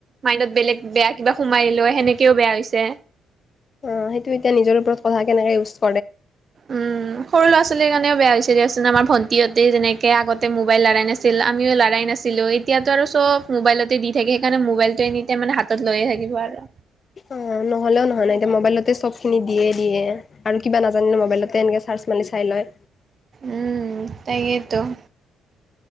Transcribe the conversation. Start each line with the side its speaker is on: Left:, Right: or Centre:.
Right: মাইণ্ডত বেলেগ বেয়া কিবা সোমাই লৈ সেনেকেও বেয়া হৈছে।
Left: অ সেইটো এতিয়া নিজৰ ওপৰত কথা কেনেকে বস্তু
Right: উম সৰু ল'ৰা ছোৱালীৰ কাৰণেও বেয়া হৈ হৈছে দিয়কচোন আমাৰ ভণ্টিহঁতে যেনেকে আগতে মোবাইল লৰাাই নাছিল আমিও লৰাই নাছিল। এতিয়াতো আৰু চব মোবাইলতে দি থাকে সেইকাৰণে মোবাইলতটো এনি মানে হাতত লৈয়ে থাকিব আৰু
Left: অ নহলেও নহয় নাই এতিয়া মোবাইলতে চব খিনি দিয়ে দিয়ে আৰু কিবা নাজানিলে মবাইলতে চা পাচ মানি চাই লয়।
Right: উম তাকয়েইতো-